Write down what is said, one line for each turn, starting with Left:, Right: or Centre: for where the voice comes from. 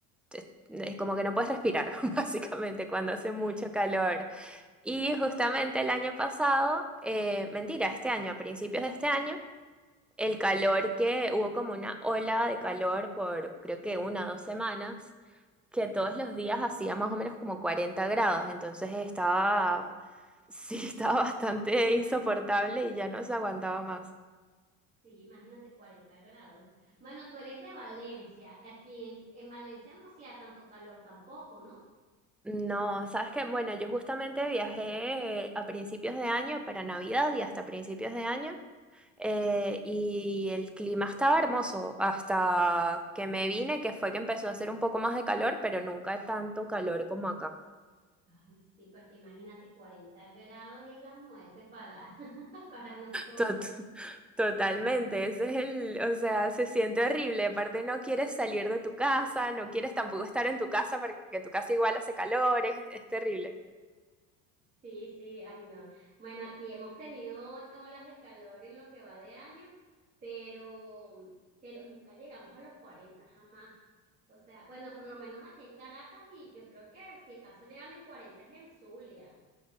Centre: te- es como que no puedes respirar, <laughs> básicamente, cuando
Right: Ok,
Centre: hace mucho calor. Y justamente el año pasado, eh, mentira, este año, a principios de este año el calor que hubo como una ola de calor por creo que una o dos semanas, que todos los días hacía más o menos como 40 grados, entonces estaba,
Right: ay Dios mío.
Centre: sí, <laughs> estaba bastante insoportable y ya no se aguantaba más.
Right: Sí, imagínate 40 grados. Bueno, tú eres de Valencia. Aquí en, en Valencia no hacía tanto calor tampoco, ¿no?
Centre: No, sabes que, bueno, yo justamente viajé a principios de año para Navidad y hasta principios de año, eh, y el clima estaba hermoso hasta que me vine, que fue que empezó a hacer un poco más de calor, pero nunca tanto calor como acá.
Right: Ay, sí, porque imagínate, 40 grados es la muerte para, <laughs> para nosotros.
Centre: Tot- totalmente, ese es el, o sea, se siente horrible, aparte no quieres salir de tu casa, no quieres tampoco estar en tu casa porque tu casa igual hace calor, es, es terrible.
Right: Sí, sí, ay no. Bueno, aquí hemos tenido olas de calor en lo que va de año, pero, pero nunca llegamos a los 40, jamás. O sea, bueno, por lo menos aquí en Caracas, y yo creo que si acaso llegan en 40 es en Zulia.